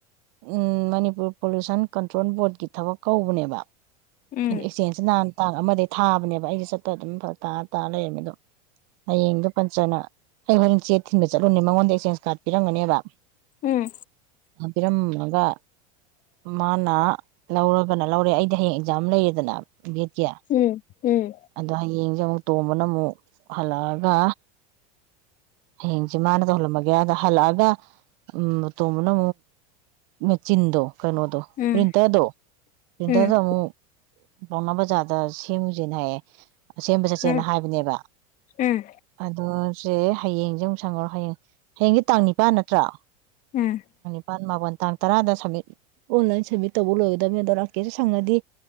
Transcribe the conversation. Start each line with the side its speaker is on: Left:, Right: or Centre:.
Right: ꯎꯝ ꯃꯅꯤꯄꯨꯔ ꯄꯣꯂꯨꯁꯟ ꯀꯟ ꯇ꯭ꯔꯣꯟ ꯕꯣꯔꯗꯀꯤ ꯊꯕꯛ ꯀꯧꯕꯅꯦꯕ
Left: ꯎꯝ
Right: ꯑꯦꯛꯆꯦꯟꯁꯁꯤ ꯅꯍꯥꯟ ꯇꯥꯡ ꯑꯃꯗ ꯊꯥꯕꯅꯦꯕ ꯑꯩꯗꯤ ꯆꯠꯄ ꯑꯗꯨꯝ ꯐꯔꯛ ꯇꯥ ꯇꯥꯔ ꯂꯩꯔꯝꯃꯦ ꯑꯗꯣ ꯍꯌꯦꯡꯗꯣ ꯄꯟꯆꯅ ꯑꯩ ꯍꯣꯔꯦꯟ ꯆꯦ ꯊꯤꯟꯕ ꯆꯠꯂꯨꯅꯦ ꯆꯦꯟꯁ ꯀꯥꯔꯗ ꯄꯤꯔꯝꯒꯅꯤꯕ
Left: ꯎꯝ
Right: ꯄꯤꯔꯝ ꯃꯒ ꯃꯥꯅꯥ ꯂꯧꯔ ꯒꯅ ꯂꯧꯔꯦ ꯑꯩꯗꯤ ꯍꯌꯦꯡ ꯖꯥꯝ ꯂꯩꯌꯦꯗꯅ ꯚꯦꯠꯀꯤ
Left: ꯎꯝ ꯎꯝ
Right: ꯑꯗꯣ ꯍꯌꯦꯡ ꯑꯃꯨꯛ ꯇꯣꯝꯕꯅ ꯑꯃꯨꯛ ꯍꯜꯂꯛꯑꯒ ꯍꯌꯦꯡꯁꯦ ꯃꯥꯅ ꯇꯧꯍꯜꯂꯝꯃꯒꯦ ꯑꯗ ꯍꯜꯂꯛꯑꯒ ꯎꯝ ꯇꯣꯝꯕꯅ ꯃꯦꯆꯤꯟꯗꯣ ꯀꯩꯅꯣꯗꯣ
Left: ꯎꯝ
Right: ꯄ꯭ꯔꯤꯟꯇꯔꯗꯣ ꯄ꯭ꯔꯤꯟꯇꯔꯗ
Left: ꯎꯝ
Right: ꯑꯃꯨꯛ ꯄꯥꯎꯅꯥ ꯕꯖꯥꯔꯗ ꯁꯦꯝꯃꯨꯖꯤꯅ ꯍꯥꯏꯌꯦ ꯁꯦꯝꯕ ꯆꯠꯁꯦꯅ
Left: ꯎꯝ
Right: ꯍꯥꯏꯕꯅꯦꯕ
Left: ꯎꯝ
Right: ꯑꯗꯣ ꯁꯦ ꯍꯌꯦꯡꯁꯦ ꯑꯃꯨꯛ ꯁꯪꯉꯔꯣꯏ ꯍꯌꯦꯡ ꯍꯌꯦꯡꯖꯦ ꯇꯥꯡ ꯅꯤꯄꯥꯥꯟ ꯅꯠꯇ꯭ꯔꯥ
Left: ꯎꯝ
Right: ꯅꯤꯄꯜ ꯃꯥꯄꯜ ꯇꯥꯡ ꯇꯔꯥꯗ ꯁꯃꯤꯠ ꯑꯣꯟꯂꯥꯏꯟ ꯁꯃꯤꯠ ꯇꯧꯕ ꯂꯣꯏꯒꯗꯕꯅꯤ ꯑꯗꯣ ꯂꯥꯛꯀꯦꯁꯨ ꯁꯪꯉꯗꯤ